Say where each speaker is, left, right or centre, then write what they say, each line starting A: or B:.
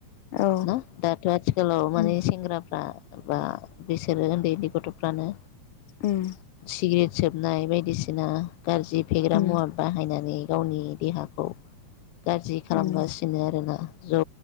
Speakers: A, on the left; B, on the left.
A: औ
B: ना दाथ आथिखालाव माने
A: उम
B: सेंग्राफ्रा बा बिसोरो उनदै उनदै गथ'फोरानो
A: उम
B: सिग्रेट सोबनाय बायदिसिना गाज्रि फेग्रा
A: उम
B: मुवा बाहायनानै गावनि देहाखौ गाज्रि खालामगासिनो
A: उम
B: आरोना जौ